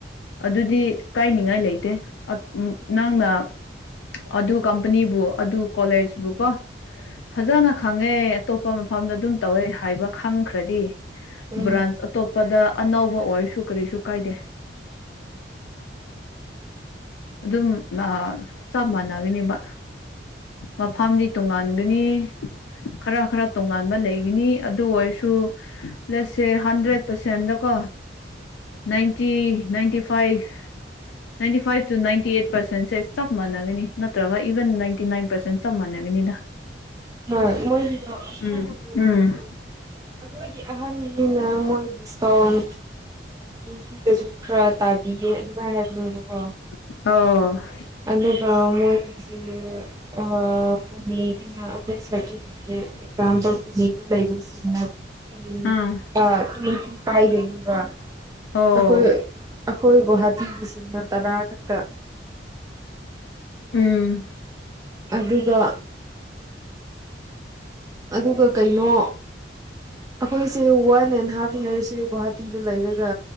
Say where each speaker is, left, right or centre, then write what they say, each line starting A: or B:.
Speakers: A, on the left; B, on the right.
A: ꯑꯗꯨꯗꯤ ꯀꯥꯏꯅꯤꯡꯉꯥꯏ ꯂꯩꯇꯦ ꯅꯪꯅ ꯑꯗꯨ ꯀꯝꯄꯅꯤꯕꯨ ꯑꯗꯨ ꯀꯣꯂꯦꯖꯕꯨ ꯀꯣ ꯐꯖꯅ ꯈꯪꯉꯦ ꯑꯇꯣꯞꯄ ꯃꯐꯝꯗ ꯑꯗꯨꯝ ꯇꯧꯋꯦ ꯍꯥꯏꯕ ꯈꯪꯈ꯭ꯔꯗꯤ
B: ꯎꯝ
A: ꯕ꯭ꯔꯥꯟꯁ ꯑꯇꯣꯞ ꯄꯗ ꯑꯅꯧꯕ ꯑꯣꯏꯔꯁꯨ ꯀꯔꯤꯁꯨ ꯀꯥꯏꯗꯦ ꯑꯗꯨꯝ ꯆꯞ ꯃꯥꯟꯅꯒꯅꯦꯕ ꯃꯐꯝꯗꯤ ꯇꯣꯡꯉꯥꯟꯒꯅꯤ ꯈꯔ ꯈꯔ ꯇꯣꯉꯥꯟꯕ ꯂꯩꯒꯅꯤ ꯑꯗꯨ ꯑꯣꯏꯁꯨ ꯄ꯭ꯂꯁꯁꯦ ꯍꯟꯗ꯭ꯔꯦꯠ ꯄꯥ꯭ꯔꯁꯦꯟꯗꯀꯣ ninety ninety five ninety five two ninety eight ꯄꯥ꯭ꯔꯁꯦꯟꯁꯦ ꯆꯞ ꯃꯥꯟꯅꯒꯅꯤ ꯅꯠꯇ꯭ꯔꯥꯒ ꯏꯚꯟ ꯅꯥꯏꯟꯇꯤ ꯅꯥꯏꯟ ꯄꯥ꯭ꯔꯁꯦꯟ ꯆꯝ ꯃꯥꯟꯅꯒꯅꯤꯗ
B: ꯍ‌ꯣꯏ ꯃ‌ꯣꯏꯒꯤꯗ‌ꯣ ꯑꯁ
A: ꯎꯝ
B: ꯑꯩ ꯃꯨꯟ ꯌ‌ꯦꯡꯉꯛꯇ‌ꯦ
A: ꯎꯝ
B: ꯑꯩꯈꯣꯏꯒꯤ ꯑꯍꯥꯟꯅꯤꯅ ꯃꯣꯏ ꯗꯤꯁꯀꯥꯎꯟ ꯁꯤꯗꯁꯨ ꯈꯔ ꯇꯥꯕꯤꯌꯦ ꯑꯗꯨꯃꯥꯏ ꯍꯥꯏꯕꯅ‌ꯦꯕꯀꯣ
A: ꯑꯣ
B: ꯑꯗꯨꯒ ꯃꯣꯏꯒꯤꯁꯦ ꯑꯥ ꯄꯨꯅꯦꯒꯤꯅ ꯃ‌ꯣꯏ ꯁꯥꯔꯇꯤꯐꯤꯀ‌ꯦꯠ ꯑꯦꯛꯖꯥꯝꯄꯜ ꯄꯨꯅ‌ꯦꯗ ꯂꯩꯕ ꯁꯤꯡꯅ ꯇꯤꯟ
A: ꯑ
B: ꯑꯥ ꯇ꯭ꯋ‌ꯦꯟꯇꯤ ꯄꯥꯏꯗꯣꯏꯅꯤꯕ
A: ꯑꯣ
B: ꯑꯩꯈꯣꯏ ꯑꯩꯈꯣꯏ ꯒꯨꯍꯥꯇꯤꯒꯤꯁꯤꯅ ꯇꯔꯥ ꯈꯛꯇ
A: ꯎꯝ
B: ꯑꯗꯨꯒ ꯑꯗꯨꯒ ꯀꯩꯅꯣ ꯑꯩꯈꯣꯏꯁꯨ ꯋꯥꯟ ꯑꯦꯟ ꯍꯥꯐ ꯑꯦꯟ ꯑꯥ꯭ꯔꯁꯤ ꯒꯨꯍꯥꯇꯤꯗ ꯂꯩꯔꯒ